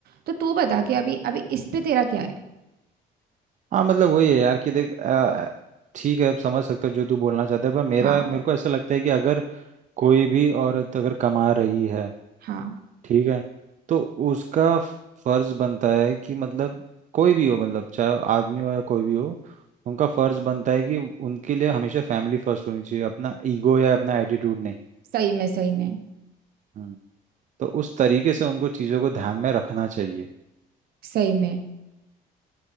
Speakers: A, on the right; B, on the right.
A: तो तू बता के अभी अभी इस पे तेरा क्या है
B: हाँ मतलब वही है यार कि देख अ, ठीक है अब समझ सकता हूँ जो तू बोलना चाहता है पर मेरा
A: हाँ
B: मेरे को ऐसा लगता है कि अगर कोई भी औरत अगर कमा रही है
A: हाँ
B: ठीक है तो उसका फ- फर्ज बनता है कि मतलब कोई भी हो मतलब चाहे आदमी हो या कोई भी हो उनका फर्ज बनता है कि उनके लिए हमेशा फैमिली फर्स्ट होनी चाहिए अपना ईगो या अपना एटीट्यूड नहीं
A: सही में सही में
B: हम्म तो उस तरीके से उनको चीज़ों को ध्यान में रखना चाहिए
A: सही में